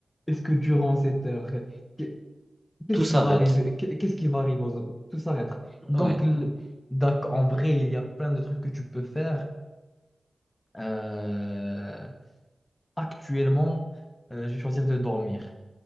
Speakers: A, on the left (about 15°); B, on the right (about 20°).
A: est-ce que durant cette heure, qu'est- qu'est-ce
B: Tout
A: qui
B: s'arrête.
A: va arriver? Qu'est- Qu'est-ce qui va arriver aux Tout s'arrête. Donc,
B: Ouais,
A: le- d'accord, en vrai, il y a plein de trucs que tu peux faire. Euh, actuellement, euh, je vais choisir de dormir.